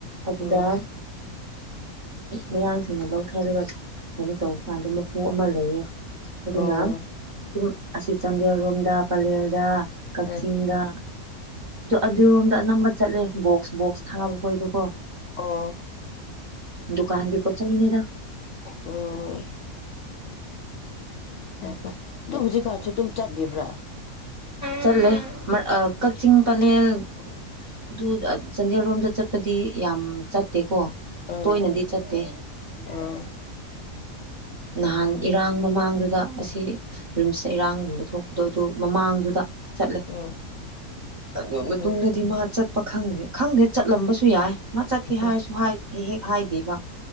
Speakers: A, on the right; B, on the left.
A: ꯑꯗꯨꯗ
B: ꯎꯝ
A: ꯃꯌꯥꯡ ꯃꯤꯅ ꯂꯧꯊꯔꯒ ꯀꯩꯅꯣ ꯇꯧꯕ ꯀꯥꯟꯗ ꯃꯄꯨ ꯑꯃ ꯂꯩꯌꯦ ꯑꯗꯨꯅ
B: ꯎꯝ ꯑꯣ
A: ꯑꯗꯨꯝ ꯑꯁꯤ ꯆꯥꯟꯗꯦꯜꯔꯣꯝꯗ ꯄꯂꯦꯜꯗ ꯀꯛꯆꯤꯡꯗ
B: ꯑ
A: ꯑꯗꯨꯔꯣꯝꯗ ꯑꯅꯝꯕ ꯅꯦ ꯕꯣꯛꯁ ꯕꯣꯛꯁ ꯊꯥꯕ ꯈꯣꯏꯗꯣꯀꯣ
B: ꯑꯣ
A: ꯗꯨꯀꯥꯟꯒꯤ ꯄꯣꯆꯩ ꯅꯦꯗ
B: ꯎꯝ ꯐꯦ ꯐꯔꯦ ꯑꯗꯨ ꯍꯧꯖꯤꯛꯀꯥꯟꯁꯨ ꯑꯗꯨꯝ ꯆꯠꯂꯤꯕ꯭ꯔꯥ
A: ꯆꯠꯂꯦ ꯀꯛꯆꯤꯡ ꯄꯂꯦꯜ ꯑꯗꯨ ꯆꯥꯟꯗꯦꯜꯔꯣꯝꯗ ꯆꯠꯄꯗꯤ ꯌꯥꯝ ꯆꯠꯇꯦꯀꯣ
B: ꯑꯥ
A: ꯇꯣꯏꯅꯗꯤ ꯆꯠꯇꯦ
B: ꯑꯥ
A: ꯅꯍꯥꯟ
B: ꯎꯝ
A: ꯏꯔꯥꯡ ꯃꯃꯥꯡꯗꯨꯗ ꯑꯁꯤ ꯔꯤꯝꯁꯇ ꯏꯔꯥꯡ ꯊꯣꯛꯄꯗꯣ ꯑꯗꯨ ꯃꯃꯥꯡꯗꯨꯗ ꯆꯠꯂꯦ
B: ꯎꯝ
A: ꯑꯗꯨ
B: ꯎꯝ
A: ꯃꯇꯨꯡꯗꯗꯤ ꯃꯥ ꯆꯠꯄ ꯈꯪꯗ꯭ꯔꯦ ꯈꯪꯗ꯭ꯔꯦ ꯆꯠꯂꯝꯕꯁꯨ ꯌꯥꯏ ꯃꯥ ꯆꯠꯀꯦ ꯍꯥꯏꯔꯁꯨ
B: ꯎꯝ
A: ꯍꯦꯛ ꯍꯥꯏꯗꯦꯕ